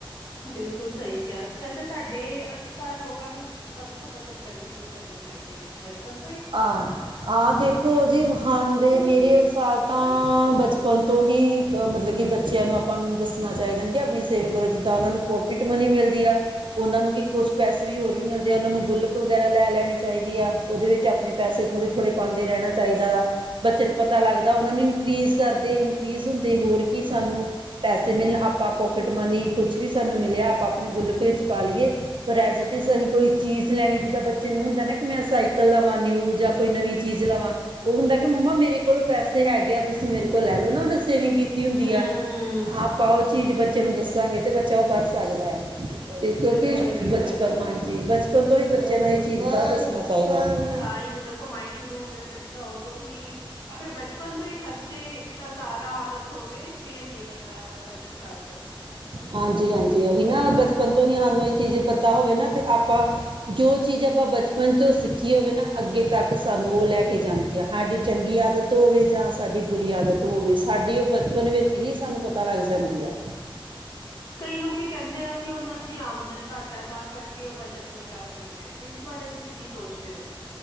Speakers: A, on the left; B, on the right.
A: ਬਿਲਕੁਲ ਸਈ ਕਿਹਾ, ਵੈਸੇ ਤੁਹਾਡੇ ਅਨੁਸਾਰ ਲੋਕਾਂ ਨੂੰ ਕਦੋਂ ਤੋਂ ਬੱਚਤ ਕਰਨੀ ਸ਼ੁਰੂ ਕਰਨੀ ਚਾਈਦੀ ਐ, ਬਚਪਨ ਤੋਂ ਈ?
B: ਆਹ ਆ ਦੇਖੋ ਜੀ, ਹਾਂ ਦੇ ਮੇਰੇ ਅਨੁਸਾਰ ਤਾਂ ਬਚਪਨ ਤੋਂ ਹੀ ਅਹ ਮਤਲਬ ਕਿ ਬੱਚਿਆਂ ਨੂੰ ਆਪਾਂ ਨੂੰ ਦੱਸਣਾ ਚਾਈਦਾ ਨਾ ਕਿ ਅਪਨੀ ਸੇਵਿੰਗ ਕਰੋ, ਜਿੱਦਾਂ ਓਨਾਂ ਨੂੰ ਪੋਕਿਟ ਮਨੀ ਮਿਲਦੀ ਆ। ਓਨਾਂ ਨੂੰ ਕੀ ਕੁੱਛ ਪੈਸੇ ਵੀ ਹੋਰ ਵੀ ਮਿਲਦੇ ਆ, ਓਨਾਂ ਨੂੰ ਗੁਲਕ ਵਗੈਰਾ ਲੈ ਲੈਣੀ ਚਾਈਦੀ ਆ, ਓਦੇ ਵਿੱਚ ਅਪਨੇ ਪਸੇ ਥੋੜੇ-ਥੋੜੇ ਪਾਂਦੇ ਰਹਿਣਾ ਚਾਈਦਾ ਵਾ। ਬੱਚੇਆਂ ਨੂੰ ਪਤਾ ਲੱਗਦਾ, ਓਨਾਂ ਨੂੰ ਇੰਕਰੀਜ਼ ਕਰਦੇ, ਇੰਕਰੀਜ਼ ਹੁੰਦੇ ਹੋਰ ਕਿ ਸਾਨੂੰ ਪੈਸੇ ਮਿਲਨ, ਆਪਾਂ ਪੋਕਿਟ ਮਨੀ ਕੁੱਛ ਵੀ ਸਾਨੂੰ ਮਿਲਿਆ, ਆਪਾਂ ਅਪਨੀ ਗੁਲਕ ਵਿੱਚ ਪਾ ਲਿਏ। ਫਿਰ ਐੱਸ ਇਟ ਇਜ਼ ਐਹੀ ਕੋਈ ਚੀਜ਼ ਲੈਣੀ, ਜਿੱਦਾਂ ਬੱਚੇ ਨੂੰ ਹੁੰਦਾ ਨਾ ਕਿ ਮੈਂ ਸਾਈਕਲ ਦਾ ਨਿਊ ਜਾਂ ਕੋਈ ਨਵੀਂ ਚੀਜ਼ ਲਵਾਂ। ਓ ਹੁੰਦਾ ਕਿ, ਮੰਮਾ ਮੇਰੇ ਕੋਲੋਂ ਪੈਸੇ ਹੈਗੇ ਆ, ਤੁਸੀਂ ਮੇਰੇ ਕੋਲ ਲੈ ਲੋ ਨਾ ਓਨੇ ਸੇਵਿੰਗ ਕੀਤੀ ਤੀ ਹੁੰਦੀ
A: ਹੂੰ,
B: ਆ, ਆਪਾਂ ਓ ਚੀਜ਼ ਬੱਚੇ ਨੂੰ ਦੱਸਾਂਗੇ ਤੇ ਬੱਚਾ ਓ ਕਰ ਸਕਦਾ ਐ। ਤੇ ਕਿਉਂਕਿ
A: ਬਿਲਕੁਲ-ਬਿਲਕੁਲ
B: ਬਚਪਨ ਹਾਂਜੀ, ਬਚਪਨ ਤੋਂ ਹੀ ਬੱਚੇ ਨੂੰ ਏਹੀ ਚੀਜ਼ ਦਾ ਦੱਸਨਾ ਚਾਈਦਾ ਐ।
A: ਤਾਂ ਹੀ ਜਦੋਂ ਕਮਾਈ ਸ਼ੁਰੂ ਹੋਵੇ ਬੰਦਾ ਉਦੋਂ ਹੀ ਅਗਰ ਬਚਪਨ ਤੋਂ ਹੀ ਖਰਚ ਚੇ ਤਾ ਜਾਦਾ ਆਦਤ ਹੋਵੇ ਫੇਰ ਨੀ ਬੰਦਾ ਬੱਚਤ ਕਰਦਾ।
B: ਹਾਂਜੀ-ਹਾਂਜੀ ਓਹੀ ਨਾ ਬਚਪਨ ਤੋਂ ਹੀ ਸਾਨੂੰ ਏ ਚੀਜ਼ ਪਤਾ ਹੋਵੇ ਨਾ ਤੇ ਆਪਾਂ ਜੋ ਚੀਜ਼ ਆਪਾਂ ਬਚਪਨ ਤੋਂ ਸਿੱਖੀ ਹੋਵੇ ਨਾ ਅੱਗੇ ਤੱਕ ਸਾਨੂੰ ਓ ਲੈ ਕੇ ਜਾਂਦੀ ਆ, ਸਾਡੀ ਚੰਗੀ ਆਦਤ ਹੋਵੇ ਜਾਂ ਸਾਡੀ ਬੁਰੀ ਆਦਤ ਹੋਵੇ, ਸਾਡੀ ਓ ਬਚਪਨ ਵਿੱਚ ਹੀ ਸਾਨੂੰ ਪਤਾ ਲੱਗ ਜਾਂਦੀ ਆ।
A: ਕਈ ਲੋਕ ਕਹਿੰਦੇ ਆ ਕਿ ਓਨਾਂ ਦੀ ਆਮਦਨ ਘੱਟ ਐ ਤਾਂ ਕਰਕੇ ਓ ਬੱਚਤ ਨਹੀਂ ਕਰ ਸਕਦੇ। ਇਸ ਬਾਰੇ ਤੁਸੀਂ ਕੀ ਸੋਚਦੇ ਓ?